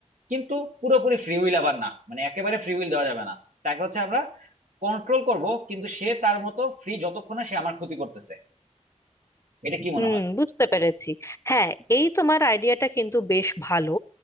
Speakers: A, on the right; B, on the left.
A: কিন্তু পুরোপুরি ফ্রি উইল আবার না মানে একেবারে ফ্রি উইল দেওয়া যাবে না তাকে হচ্ছে আমরা কন্ট্রোল করব কিন্তু সে তার মতো ফ্রি যতক্ষণ না সে আমার ক্ষতি করতেছে এটা কি মনে
B: হুম
A: হয়
B: বুঝতে পেরেছি হ্যাঁ এই তোমার আইডিয়াটা কিন্তু বেশ ভালো